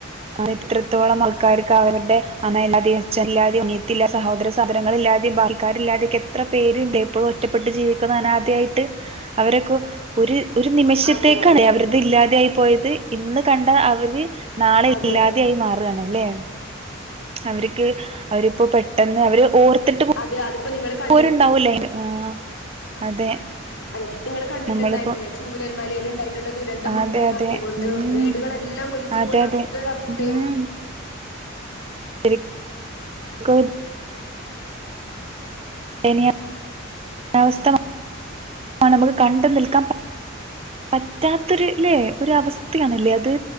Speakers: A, on the right; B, on the left.
A: ആഹ് എത്രത്തോളം ആൾക്കാര്ക്കവർടെ അമയ്ല്ലാതേം അഛന്ല്ലാതേം അന്യത്തില്യ സഹോദര സാധനങ്ങള്ല്ല്യാതേം ബാൽക്കാര്ല്ല്യാതേം ‌ക്കെത്ര പേര്ല്ലേ ഇപ്പോഴും ഒറ്റപ്പെട്ട് ജീവിക്ക്ന്ന അനാധയായ് ട്ട് അവര്ക്ക് ഒര് ഒര്നിമിഷത്തേക്കാണെ
B: അതെ അതെ
A: അവര്ത് ഇല്ലാതെയായ് പോയത് ഇന്ന് കണ്ട അവര് നാളെ
B: അതെ
A: ഇല്ലാതെയായി മാറ് ആണ് അല്ലെ. അവര്ക്ക് അവര്പ്പോ പെട്ടെന്ന് അവര് ഓർത്തിട്ട് പോ
B: അത് അത്പ്പ നിങ്ങള് ക
A: പോരുണ്ടാവൂലെ ആഹ് അതെ.
B: അതെ നിങ്ങള് കണ്ടിട്ടുണ്ടായിരിന്നില്ലെ
A: നമ്മളിപ്പോ
B: ചൂരൽ മലേല് ഇണ്ടായി ട്ടുള്ള ദുരന്തം,
A: അതെ
B: ഒറ്റ രാത്രി
A: അതെ
B: കൊണ്ട്
A: ഉം
B: വീടുകളെല്ലാം ഒലിച്ച്
A: അതെ
B: പോയ
A: അതെ
B: അവരുടെ ഒര് അവസ്ഥയോ.
A: ഉം <unintelligible> എനിയ അവസ്ഥ നമുക്ക് കണ്ടു നിൽക്കാൻ പ പറ്റാത്തൊരു ല്ലെ ഒരു അവസ്ഥയാണ്ല്ലേ അത്.